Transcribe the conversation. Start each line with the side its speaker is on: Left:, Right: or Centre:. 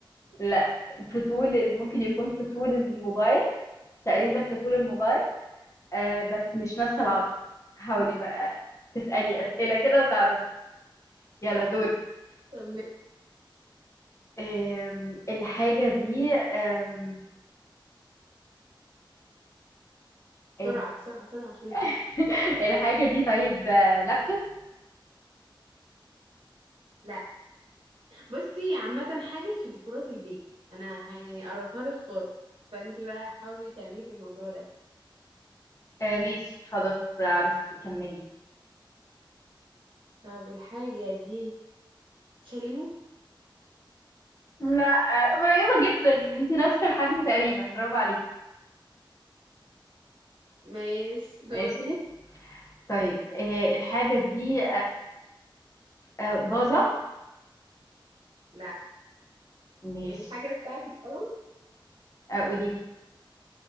Left: لا في طول ال- ممكن يكون في طول الموبايل تقريبا في طول الموبايل آه بس مش نفس العرض حاولي بقى تسألي أسئلة كده وتعرفي يلا دوري
Right: طب ماشي.
Left: آم، الحاجة دي آم، ال-
Right: بسرعه بسرعه بسرعه عشان اكسب
Left: <laughs> الحاجة دي طيب آه، لابتوب
Right: لا بصي عامه حاجه في ديكورات البيت انا هقرطها لك خالص فانت بقى حاولي تعملي في الموضوع ده
Left: آه ماشي خلاص آه، عروستي كملي
Right: طب الحاجة دي شاليمو
Left: لا آه، قريبة جدا يعني انت نفس الحجم تقريبا برافو عليكي
Right: ماشي
Left: ماشي
Right: دول
Left: طيب آه، الحاجة دي آه باظة
Right: لا
Left: ماشي
Right: الحاجة بتاعتك قلم
Left: آه قولي لي